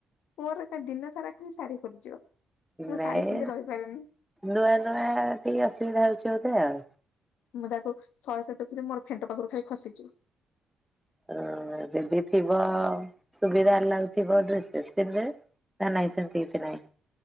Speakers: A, on the left; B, in the centre.
A: ମୋର ଏକା ଦିନ ସାରା ଖାଲି ଶାଢୀ ଖୋଲିଯିବ। ମୁଁ
B: ନାଇଁ
A: ଶାଢୀ ପିନ୍ଧି ରହିପାରିବିନି।
B: ନୂଆ ନୂଆ ଟିକେ ଅସୁବିଧା ହଉଛି ବୋଧେ ଆଉ
A: ମୁଁ ତାକୁ ଶହେ ଥର ଟେକୁଥିବି ମୋର ଫେଣ୍ଟ ପାଖରୁ ଖାଲି ଖସିଯିବ।
B: ଅଁ ଯଦି ଥିବ ସୁବିଧା ଲାଗୁଥିବ ଡ୍ରେସ ଫ୍ରେସ ପିନ୍ଧିଦେବେ। ନା ନାଇଁ ସେିମିତି କିଛି ନାହିଁ।